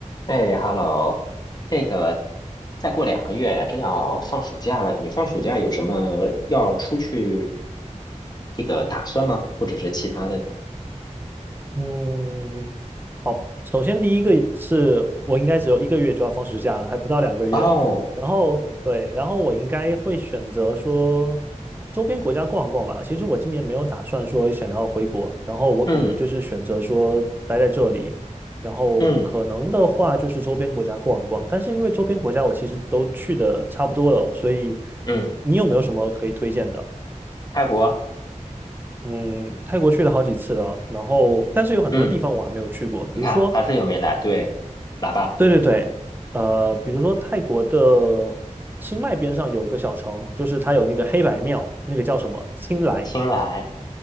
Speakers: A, on the left (about 30°); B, on the right (about 15°).
A: 哎，Hello，这个再过两个月真要放暑假了，你放暑假有什么要出去这个打算吗？或者是其他的？
B: 嗯，首先第一个是我应该只有一个月就要放暑假了，还不到两个月。
A: 哦，
B: 然后对，然后我应该会选择说周边国家逛一逛吧。其实我今年没有打算说想要回国，然后我可能就是选择说待在这里，
A: 嗯
B: 然后可能的话就是周边国家逛一逛。
A: 嗯
B: 但是因为周边国家我其实都去的差不多了，所以
A: 嗯，
B: 你有没有什么可以推荐的？
A: 泰国，
B: 嗯，泰国去了好几次了，然后但是有很多地方我还没有去过，
A: 嗯，
B: 比如说。
A: 你看还是有没来？对，来吧，
B: 对对对，呃，比如说泰国的清迈边上有一个小城，就是它有那个黑白庙，那个叫什么清莱。
A: 新来，